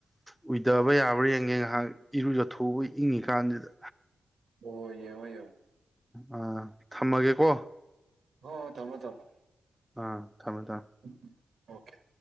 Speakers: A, in the centre; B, on the right (about 80°).
A: ꯑꯨꯏꯗꯕ ꯌꯥꯕ꯭ꯔꯥ ꯌꯦꯡꯉꯦ ꯉꯥꯍꯥꯛ ꯏꯔꯨꯖꯊꯣꯛꯎꯕꯩ ꯏꯪꯉꯤ ꯀꯥꯟꯁꯤꯗ
B: ꯑꯣ ꯌꯦꯡꯉꯣ ꯌꯦꯡꯉꯣ
A: ꯑꯥ ꯊꯝꯃꯒꯦꯀꯣ
B: ꯍꯣ ꯊꯝꯃꯣ ꯊꯝꯃꯣ
A: ꯑꯥ ꯊꯝꯃꯦ ꯊꯝꯃꯦ
B: ꯎꯝ ꯎꯝ ꯑꯣꯀꯦ